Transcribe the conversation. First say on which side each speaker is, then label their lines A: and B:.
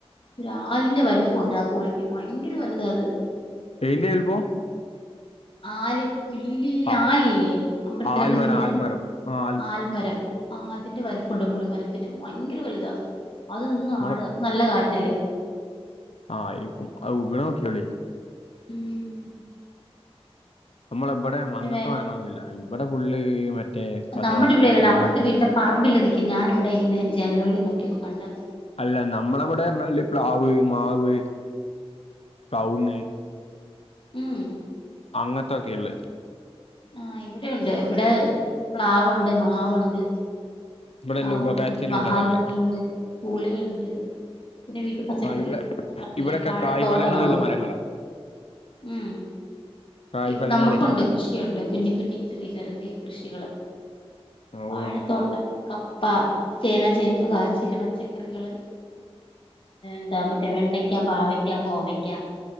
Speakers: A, on the left (about 55°); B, on the left (about 70°).
A: ഒരാലിന്റെ വലിപ്പുണ്ട് ആ പുളിക്ക് ഭയങ്കര വലുത അത്
B: എയിന്റെ എൽപ്പം
A: ആല് വെല്യ
B: ആഹ്
A: ആൽല്ലേ. അമ്പലത്തിലൊക്കെ
B: ആൽമരം
A: നിക്കുന്നെ
B: ആൽമരം ആഹ്
A: ആൽമരം ആഹ് അതിന്റെ വല്പ്ണ്ട് പുളിമരത്തിന് ഭയങ്കര വല്താ. അതെന്നും
B: നമ്മളെ
A: ആടാ അപ്പൊ നല്ല കാറ്റല്ലേ.
B: ആഹ് ആയിരിക്കും അഹ് വിക് ണോക്ക്യോളി.
A: ഉം
B: നമ്മളെ ബെടെ മ
A: പിന്നെ
B: അങ്ങൻത്തെ
A: വേറെ
B: മരങ്ങളൊന്നുല്ല. ബടെ ഫുള്ള് മറ്റേ
A: നമ്മടെ
B: തേ
A: ഇവിടെയെല്ലടാ.
B: തെങ്ങ്
A: അപ്പർത്തെ വീട്ന്റെ പറമ്പില് നിക്കിം. ഞാനി വ്ടെ ഇനെ ജനൽവഴി നോക്കിപ്പോ കണ്ടതാ
B: അല്ല നമ്മളവടെർഞ്ഞാല് പ്ലാവ്, മാവ്, കൗങ്
A: ഉം
B: അങ്ങത്തൊക്കേള്ളേ
A: ആഹ്. ഇവിടെയൊണ്ട്. ഇവ്ടെ പ്ലാവൊണ്ട്, മാവുണ്ട്
B: ഇവിടെ
A: കവുങ്
B: എല്ലാം ഉപകാരത്തിനുള്ളതള്ള്
A: ണ്ട്, മഹാഗണി ണ്ട്, പുളിയ്ണ്ട് പിന്നെ വീട്ട് പച്ചക്കറി
B: ആ ഇവിടെ
A: ഞാ പറഞ്ഞില്ലേ
B: ഇവിടെക്കെ
A: വാഴത്തോട്ടാ
B: കായ്ഫലങ്ങളുള്ള
A: നമക്ക്.
B: മരങ്ങളാ
A: മ്.
B: കായ്ഫലങ്ങളേ
A: ഇവ് നമ്മക്കുണ്ട്. കൃഷിയുണ്ട്. കുഞ്ഞി, കുഞ്ഞി ചെറിയ, ചെറിയ കൃഷികള്.
B: ഓ
A: വാഴത്തോട്ടം കപ്പ, ചേന, ചേമ്പ്, കാച്ചില്, പച്ചക്കറികള് ന്താ മറ്റേ വെണ്ടയ്ക്ക, പാവയ്ക്ക, കോവയ്ക്കാ